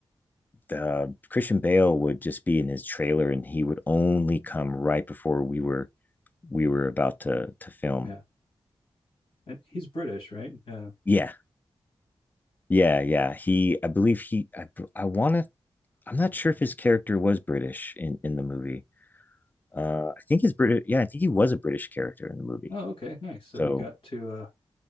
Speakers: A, on the left (about 20°); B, on the left (about 70°).
A: uh, Christian Bale would just be in his trailer, and he would only come right before we were we were about to to film.
B: Yeah, and he's British, right? Uh,
A: Yeah, yeah, yeah. He, I believe he, I, I want to. I'm not sure if his character was British in in the movie. Uh, I think his British. Yeah, I think he was a British character in the movie.
B: oh, okay, nice. So
A: So
B: he got to uh,